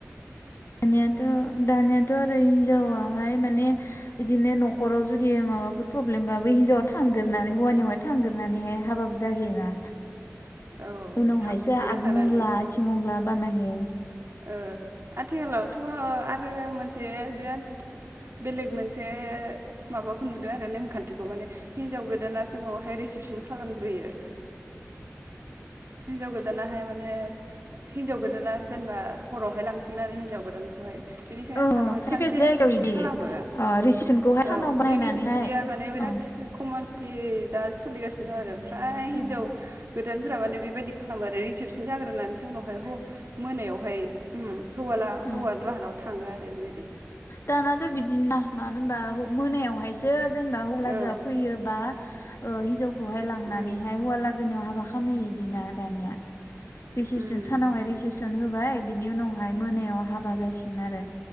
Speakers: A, on the left (about 60°); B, on the right (about 55°).
A: दानियाथ' दानियाथ' आरो हिनजावाहाय माने बिदिनो न'खराव जुदि माबाफोर प्रब्लेमबाबो हिनजावा थांग्रोन हौवानियावहाय थांग्रनानैहाय हाबाबो जाहैयोना
B: औ
A: उनावहायसो
B: थांग्रोखानानै
A: आथ मंगला आथि मंगला बानायो
B: ओ आथिखालावथ' आरो मोनसे बिराद बेलेग मोनसे माबाखौ नुदों आरो नेमखान्थिखौ माने हिनजाव गोदानासो न'आवहाय रिसिपसन खालामग्रोयो हिनजाव गोदानाहाय माने हिनजाव गोदाना जेनेबा हरावहाय लांसिगोन आरो हिनजाव गोदानखौहाय बिनि
A: औ
B: सानावहाय
A: खायसे
B: सानसे
A: खायसे जायगायाव
B: रिसिपसन
A: इदि
B: खालामो
A: ओ रिसिपसनखौहाय
B: औ
A: सानाव बानायनानैहाय
B: जोंनिथिम बिदिया माने बिराद
A: अ
B: कमन <unintelligible> दा सोलिगासिनो दं आरो फ्राय
A: सिना
B: हिनजाव <unintelligible> बेबायदि खालामो आरो रिसेपसन जाग्रोनानैसो उनाव <unintelligible> मोनायावहाय हौवाला
A: ओ
B: हौवा लाहानाव थाङो आरो <unintelligible> बेबायदि
A: दानाथ' बिदिना मानो होनबा मोनायावहाय <unintelligible> जेनेबा हौवाला
B: औ
A: लोगोआ फैयोबा हिनजावखौहाय लांनानैहाय
B: उम
A: हौवालागोनियाव हाबा <unintelligible> दानिया रिसिपसन
B: उम
A: सानावहाय रिसिपस न होबाय बिनि उनावहाय मोनायाव हाबा जासिगोन आरो।